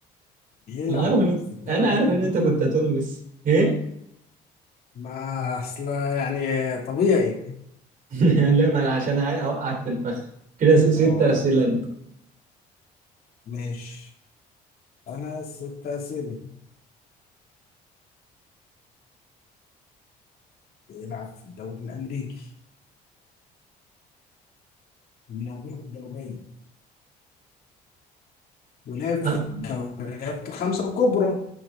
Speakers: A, on the left; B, on the right.
A: بيلعب
B: أنا عارف إن
A: في الدوري
B: أنا عارف
A: الأمريكي؟
B: إن أنت كنت هتقول ميسي إيه؟
A: ما أصل يعني طبيعي
B: <laughs> لا ما انا عشان عاي- اوقعك في الفخ كده س-
A: اه
B: ست اسئله انت
A: ماشي أنا ست أسئلة بيلعب في الدوري الأمريكي من أمريكا الجنوبية ولعب
B: اه
A: في الدوريات الخمسة الكبرى